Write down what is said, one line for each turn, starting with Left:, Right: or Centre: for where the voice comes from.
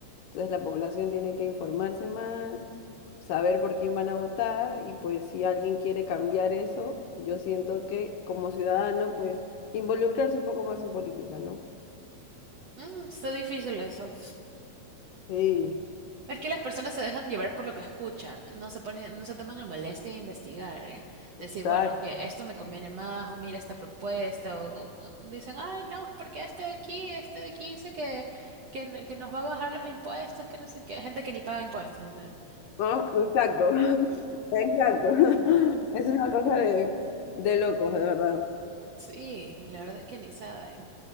Left: Entonces la población tiene que informarse más, saber por quién van a votar y pues si alguien quiere cambiar eso, yo siento que como ciudadano pues involucrarse un poco más en política, ¿no?
Right: mm, está difícil eso.
Left: Sí,
Right: Es que las personas se dejan llevar por lo que escuchan, no se ponen, no se toman la molestia de investigar, eh. Decir,
Left: exacto.
Right: bueno, que esto me conviene más, o mira esta propuesta, o, o- o dicen, ay, no, es porque este de aquí, este de aquí dice que, que, no- que nos va a bajar los impuestos, que no sé qué, gente que ni paga impuestos, o sea,
Left: Ah, Exacto, <laughs> exacto. <laughs> Es una cosa de, de locos, de verdad.
Right: sí, la verdad es que ni saben,